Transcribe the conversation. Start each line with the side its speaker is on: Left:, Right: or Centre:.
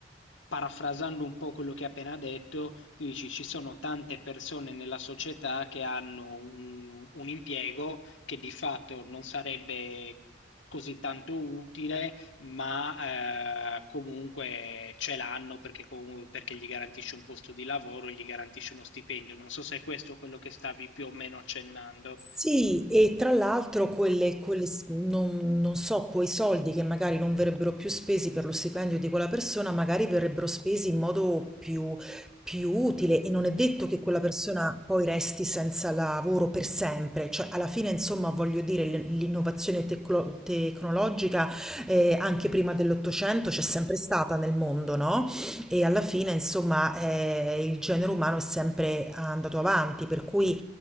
Left: parafrasando un po' quello che hai appena detto, tu dici ci sono tante persone nella società che hanno un, un impiego che di fatto non sarebbe così tanto utile, ma eh, comunque ce l'hanno perché, comu- perché gli garantisce un posto di lavoro, gli garantisce uno stipendio. Non so se è questo quello che stavi più o meno accennando.
Centre: Sì, e tra l'altro quelle, quelle s- non, non so, quei soldi che magari non verrebbero più spesi per lo stipendio di quella persona, magari verrebbero spesi in modo più, più utile e non è detto che quella persona poi resti senza lavoro per sempre, cioè alla fine insomma voglio dire l- l'innovazione teclo- tecnologica eh, anche prima dell'Ottocento c'è sempre stata nel mondo, no? E alla fine insomma eh, il genere umano è sempre andato avanti, per cui